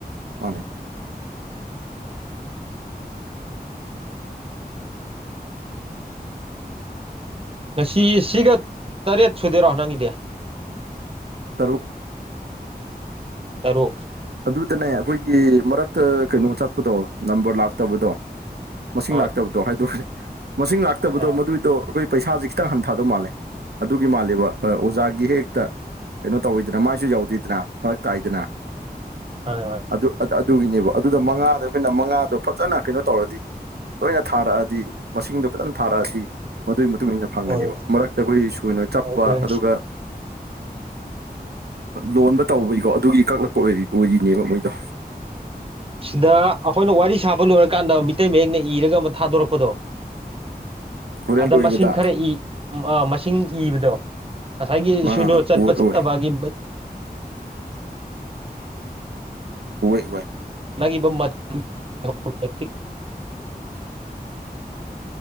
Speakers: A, on the right; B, on the right.
A: ꯃꯥꯅꯦ
B: ꯉꯁꯤ ꯁꯤꯒ ꯇꯔꯦꯠ ꯁꯨꯗꯦꯔꯣ ꯅꯪꯒꯤꯗꯤ
A: ꯇꯔꯨꯛ
B: ꯇꯔꯣ
A: ꯑꯗꯨꯗꯅꯦ ꯑꯩꯈꯣꯏꯒꯤ ꯃꯔꯛꯇ ꯀꯩꯅꯣ ꯆꯠꯄꯗꯣ ꯅꯝꯕꯔ ꯂꯥꯛꯇꯕꯗꯣ ꯃꯁꯤꯡ
B: ꯍꯣꯏ
A: ꯂꯥꯛꯇꯕꯗꯣ ꯍꯥꯏꯗꯣꯛꯦ ꯃꯁꯤꯡ ꯂꯥꯛꯇꯕꯗꯣ
B: ꯑꯥ
A: ꯃꯗꯨꯏꯗꯣ ꯑꯩꯈꯣꯏ ꯄꯩꯁꯥꯁꯦ ꯈꯤꯇꯪ ꯍꯟꯊꯥꯗꯧ ꯃꯥꯜꯂꯦ ꯑꯗꯨꯒꯤ ꯃꯥꯜꯂꯦꯕ ꯑꯣꯖꯥꯒꯤ ꯍꯦꯛ ꯍꯦꯛꯇ ꯀꯩꯅꯣ ꯇꯧꯋꯤꯗꯅ ꯃꯥꯏꯁꯨ ꯌꯥꯎꯗꯦꯗꯅ ꯐꯔꯛ ꯇꯥꯏꯗꯅ
B: ꯐꯔꯦ ꯐ
A: ꯑꯗꯨ ꯑꯗꯨꯒꯤꯅꯦꯕ ꯑꯗꯨꯗ ꯃꯉꯥꯗ ꯑꯩꯈꯣꯏꯅ ꯃꯉꯥꯗꯣ ꯐꯖꯅ ꯀꯩꯅꯣ ꯇꯧꯔꯗꯤ ꯂꯣꯏꯅ ꯊꯥꯔꯛꯑꯗꯤ ꯃꯁꯤꯡꯗꯣ ꯐꯖꯅ ꯊꯥꯔꯛꯑꯗꯤ ꯃꯗꯨꯒꯤ ꯃꯇꯨꯡ ꯃꯇꯨꯡꯏꯟꯅ ꯐꯪꯒꯅꯦꯕ
B: ꯍꯣꯏ
A: ꯃꯔꯛꯇ ꯑꯩꯈꯣꯏ ꯁꯣꯏꯅ ꯆꯞꯄ
B: ꯑꯣꯏꯗꯣꯏꯅꯦ
A: ꯑꯗꯨꯒ ꯂꯣꯟꯕ ꯇꯧꯕꯒꯤꯀꯣ ꯑꯗꯨꯒꯤ ꯀꯛꯂꯛꯄ ꯑꯣꯏꯔꯤꯅꯦꯕ ꯃꯣꯏꯗꯣ
B: ꯁꯤꯗ ꯑꯩꯈꯣꯏꯅ ꯋꯥꯔꯤ ꯁꯥꯕ ꯂꯣꯏꯔꯀꯥꯟꯗ ꯃꯤꯇꯩ ꯃꯌꯦꯛꯅ ꯏꯔꯒ ꯑꯃ ꯊꯥꯗꯣꯔꯛꯄꯗꯣ
A: ꯍꯣꯔꯦꯟ
B: ꯑꯗ
A: ꯂꯣꯏꯕꯗ
B: ꯃꯁꯤꯡ ꯈꯔ ꯏ ꯃꯁꯤꯡ ꯏꯕꯗꯣ ꯉꯁꯥꯏꯒꯤ
A: ꯑꯥ
B: ꯁꯏꯅꯣ
A: ꯑꯣꯏ
B: ꯆꯠꯄ ꯆꯠꯇꯕꯒꯤ
A: ꯑꯣꯏ ꯍꯣꯏ ꯑꯣꯏꯣꯏ
B: ꯅꯪ ꯏꯕ ꯎ